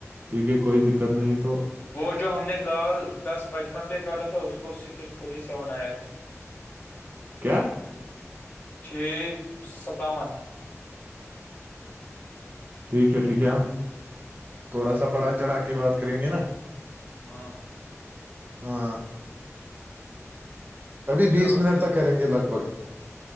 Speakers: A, on the right; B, on the left.
A: ٹھیک ہے کوئی دقت نہیں تو
B: وہ جو ہم نے کال دس پچپن پہ کاٹا تھا اس کو سکس فورٹی سیون آیا تھا <unintelligible>
A: کیا
B: چھ ستاون
A: ٹھیک ہے ٹھیک ہے ہم تھوڑا سا بڑھا چڑھا کے بات کریں گے نا
B: ہاں
A: ہاں ابھی
B: چلو
A: بیس
B: صحیح
A: منٹ تک کریں گے لگ بھگ